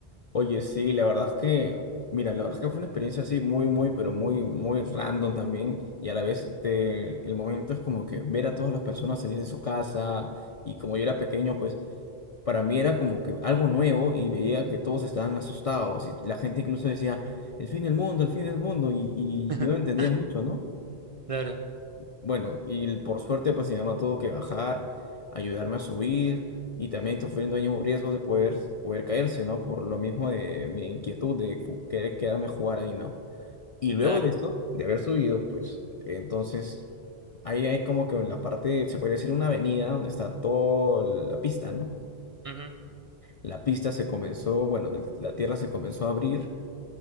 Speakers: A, on the left; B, on the right.
A: Oye, sí, la verdad es que, mira, la verdad es que fue una experiencia así muy, muy, pero muy, muy random también. Y a la vez, este, el momento es como que ver a todas las personas salir de su casa. Y como yo era pequeño, pues para mí era como que algo nuevo y veía que todos estaban asustados. Y la gente incluso decía, el fin del mundo, el fin del mundo. Y, y
B: <laughs>
A: yo no entendía mucho, ¿no?
B: Claro,
A: Bueno, y por suerte, pues mi mamá tuvo que bajar, ayudarme a subir y también sufriendo ahí un riesgo de poder, poder caerse, ¿no? Por lo mismo de mi inquietud de fu- querer quedarme a jugar ahí, ¿no? Y luego
B: claro.
A: de eso, de haber subido, pues entonces ahí hay como que la parte, se podría decir una avenida donde está toda la pista, ¿no?
B: Ujú.
A: La pista se comenzó, bueno, el- la tierra se comenzó a abrir